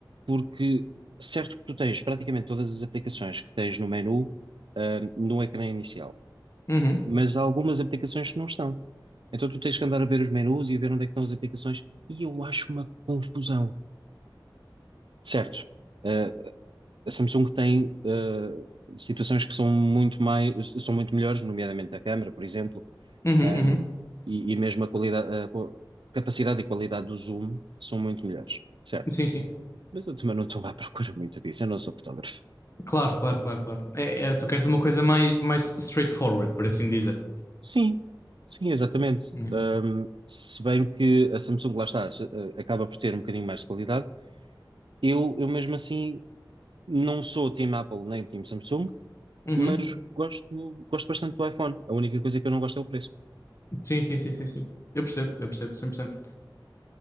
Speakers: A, on the right; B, on the left.
A: porque certo que tu tens praticamente todas as aplicações que tens no menu, ah, no ecrã inicial,
B: Uhum,
A: mas há algumas aplicações que não estão. Então tu tens que andar a ver os menus e a ver onde é que estão as aplicações, e eu acho uma confusão. Certo, ah, a Samsung tem ah, situações que são muito mais, são muito melhores, nomeadamente a câmara, por exemplo,
B: uhum,
A: ahm,
B: uhum.
A: e, e mesmo a qualidade, a co- capacidade e qualidade do zoom são muito melhores. Certo.
B: Sim, sim.
A: Mas eu também não estou à procura muito disso, eu não sou fotógrafo.
B: Claro, claro, claro, claro. É, é, tu queres uma coisa mais, mais straightforward, por assim dizer.
A: Sim, sim, exatamente.
B: Yeah.
A: Ahm, se bem que a Samsung, lá está, se- eh, acaba por ter um bocadinho mais de qualidade, eu, eu mesmo assim não sou Team Apple nem Team Samsung,
B: Uhum.
A: mas gosto, gosto bastante do iPhone. A única coisa que eu não gosto é o preço.
B: Sim, sim, sim, sim, sim. Eu percebo, eu percebo, cem por cento